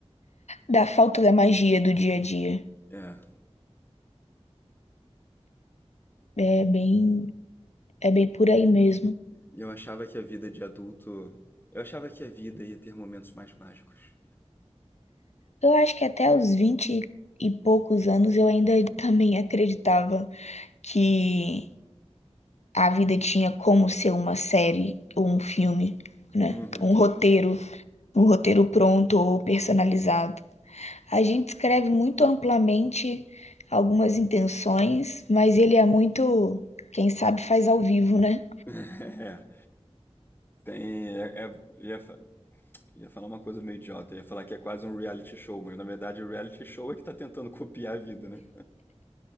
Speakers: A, on the left (about 85°); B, on the left (about 20°).
A: Da falta da magia do dia a dia.
B: É.
A: É bem, é bem por aí mesmo.
B: Eu achava que a vida de adulto. Eu achava que a vida ia ter momentos mais mágicos.
A: Eu acho que até os 20 e poucos anos eu ainda <laughs> também acreditava que a vida tinha como ser uma série ou um filme, né?
B: Uhum.
A: Um roteiro, um roteiro pronto ou personalizado. A gente escreve muito amplamente algumas intenções, mas ele é muito, quem sabe faz ao vivo, né?
B: <laughs> É. Tem. É, é- ia, fa- ia falar uma coisa meio idiota. Ia falar que é quase um reality show, mas na verdade o reality show é que tá tentando copiar a vida, né?